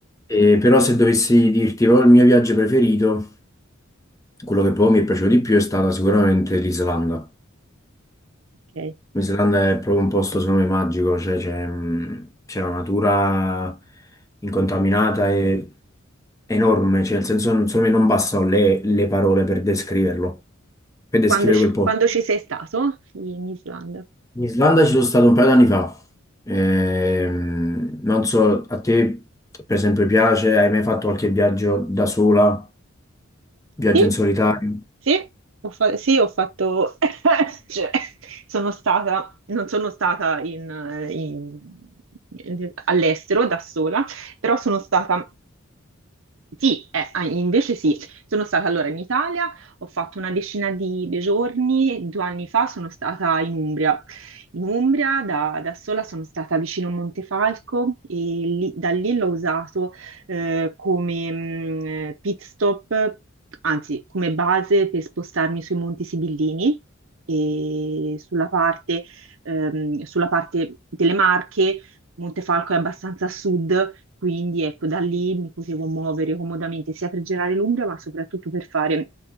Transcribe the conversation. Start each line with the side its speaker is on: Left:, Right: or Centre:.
Left: Eh, però se dovessi dirti proprio il mio viaggio preferito, Quello che proprio mi è piaciuto di più è stata sicuramente l'Islanda.
Right: ok.
Left: L'Islanda è proprio un posto, secondo me, magico, cioè c'è mh, c'è la natura incontaminata e enorme, cioè nel senso, non- secondo me non bastano le, le parole per descriverlo, per descrivere
Right: Quando ci,
Left: quel posto.
Right: quando ci sei stato in Islanda?
Left: In Islanda ci sono stato un paio d'anni fa, Ehm, non so, a te per esempio piace, hai mai fatto qualche viaggio da sola, viaggio
Right: Sì,
Left: in solitario?
Right: sì, ho fa- sì, ho fatto... <laughs> cioè, sono stata, non sono stata in- in- in- all'estero da sola, però sono stata Sì, eh, ah, invece sì, sono stata allora in Italia, ho fatto una decina di, di giorni, due anni fa sono stata in Umbria. In Umbria da, da sola sono stata vicino a Montefalco e lì- da lì l'ho usato eh, come mh, eh, pit stop, anzi come base per spostarmi sui Monti Sibillini e sulla parte, ehm, sulla parte delle Marche Montefalco è abbastanza a sud, quindi ecco, da lì mi potevo muovere comodamente sia per girare l'Umbria, ma soprattutto per fare